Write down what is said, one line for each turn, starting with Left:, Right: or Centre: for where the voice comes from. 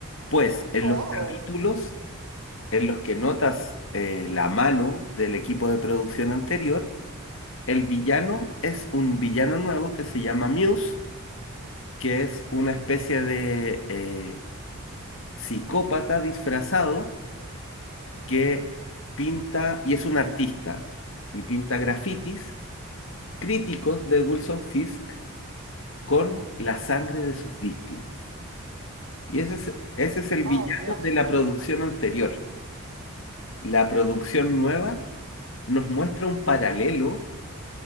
Left: Pues en
Right: Oh,
Left: los capítulos en los que notas eh, la mano del equipo de producción anterior, el villano es un villano nuevo que se llama Muse, que es una especie de eh, psicópata disfrazado que pinta y es un artista y pinta grafitis críticos de Wilson Fisk con la sangre de sus víctimas. Y ese es, ese es el
Right: oh,
Left: villano
Right: Dios.
Left: de la producción anterior. La producción nueva nos muestra un paralelo